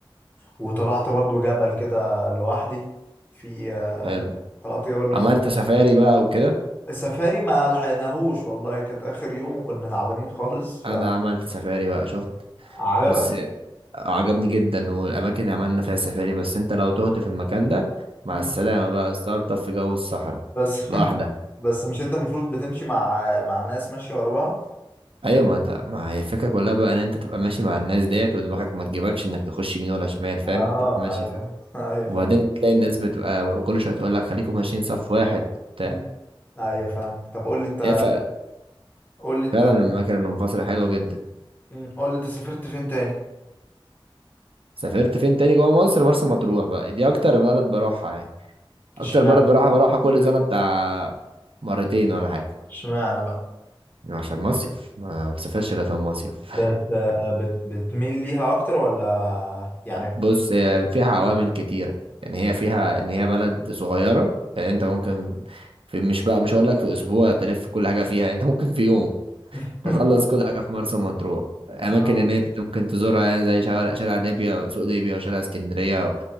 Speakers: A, on the left (about 20°); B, on the right (about 80°).
A: وطلعت برضه جبل كده لوحدي في
B: حلو
A: طلعت جبل لوحدي
B: عملت سفاري بقى وكده
A: السفاري ما لحقناهوش والله كانت اخر يوم وكنا تعبانين خالص ف
B: انا عملت سفاري بقى شفت
A: عجبك
B: بس عجبني جدا والاماكن اللي عملنا فيها سفاري بس انت لو تهت في المكان ده مع
A: مم.
B: السلامة بقى استلطف في جو الصحراء
A: بس <laughs>
B: لوحدك
A: بس مش انت المفروض بتمشي مع مع ناس ماشيه ورا بعض
B: ايوه ما انت ما هي الفكره كلها بقى ان انت تبقى ماشي مع الناس ديت ودماغك ما تجيبكش انك تخش يمين ولا شمال فاهم
A: اه
B: تبقى ماشي
A: ايوه
B: فاهم
A: <laughs> ايوه فاهم
B: وبعدين تلاقي الناس بتبقى كل شويه تقول لك خليكم ماشيين صف واحد بتاع
A: مم. ايوه فاهمك طب قول لي انت
B: هي ف-
A: قول لي انت
B: فعلا المكان المنفصل حلوه جدا
A: مم. قول لي انت سافرت فين تاني
B: سافرت فين تاني جوه مصر مرسى مطروح بقى دي اكتر بلد بروحها يعني اكتر
A: اشمعنى
B: بلد بروحها بروحها كل سنه بتاع مرتين ولا حاجه
A: اشمعنى بقى
B: عشان مصيف ما بسافرش غير في المصيف
A: بت بت بتميل ليها اكتر ولا يعني
B: بص هي فيها عوامل كتيرة يعني هي فيها ان هي بلد صغيرة يعني انت ممكن في مش بقى مش هقول لك في اسبوع تلف كل حاجة فيها انت ممكن في يوم
A: <laughs>
B: تخلص كل حاجة في مرسى مطروح اماكن
A: آه.
B: ان انت ممكن تزورها يعني زي شارع, شارع ليبيا سوق ليبيا وشارع اسكندرية